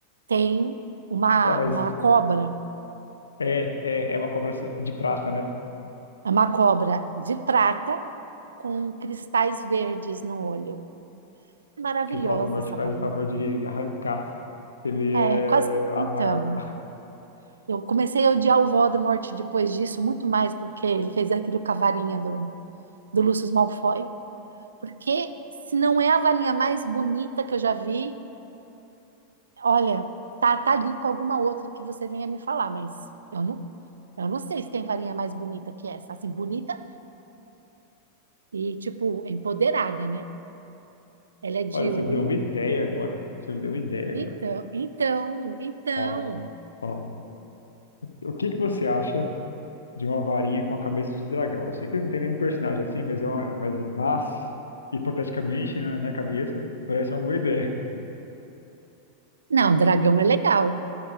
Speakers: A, on the right; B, on the left.
A: tem uma,
B: Ah, mas
A: uma cobra,
B: é, é, é uma cobra de prata, né?
A: é uma cobra de prata com cristais verdes no olho. Maravilhosa
B: Que o Voldemort
A: essa
B: faz
A: varinha.
B: o favor de arrancar. que Ele
A: É,
B: é
A: quase. que- Então,
B: amargo. <laughs>
A: eu comecei a odiar o Voldemort depois disso, muito mais porque ele fez aquilo com a varinha do, do Lúcio Malfoy. Porque se não é a varinha mais bonita que eu já vi, olha, tá, tá ali com alguma outra que você venha me falar, mas eu não, eu não sei se tem varinha mais bonita que essa. Assim, bonita e, tipo, empoderada, né? Ela é de
B: Olha, você
A: Olmo.
B: me deu uma ideia agora. Você me deu uma ideia agora.
A: Então, então, então.
B: Ó, ó. O que que você acha de uma varinha com a cabeça de dragão? Eu sei que não tem nenhum personagem assim, mas é uma, mas, mas hipoteticamente, né, na minha cabeça, parece uma boa ideia.
A: Não, dragão é legal.